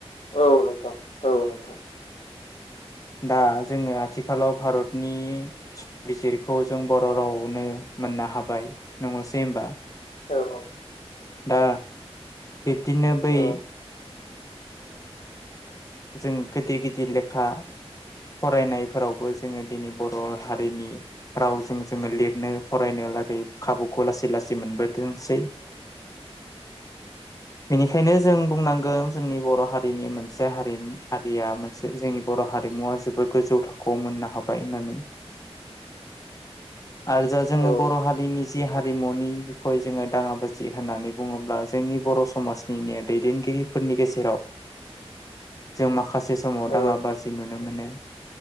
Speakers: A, on the left; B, on the left.
A: औ नोंथां औ नोंथां
B: दा जोङो आथिखालाव भारतनि संबिजिरखौ जों बर' रावावनो मोननो हाबाय नङासै होमबा?
A: औ
B: दा बिब्दिनो बै
A: औ
B: जों गिदिर गिदिर लेखा फरायनायफोरावबो जोङो दिनै बर' हारिनि रावजों जोङो लिरनो फरायनो लागै खाबुखौ लासै लासै मोनबोदोंसै बेनिखायनो जों बुंनांगोन जोंनि बर' हारिनि मोनसे हारिमु या मोनसे जोंनि बर' हारिमुवा जोबोद गोजौ थाखोआव मोननो हाबाय होननानै आरो जा जोङो
A: औ
B: बर' हारिनि जि हा रिमुनि बिखय जोङो दाङाबाजि होननानै बुङोब्ला जोंनि बर' समाजनिनो दैदेनगिरि फोरनि गेजेराव जों माखासे समाव
A: औ
B: दाङा बाजि नुनो मोनो।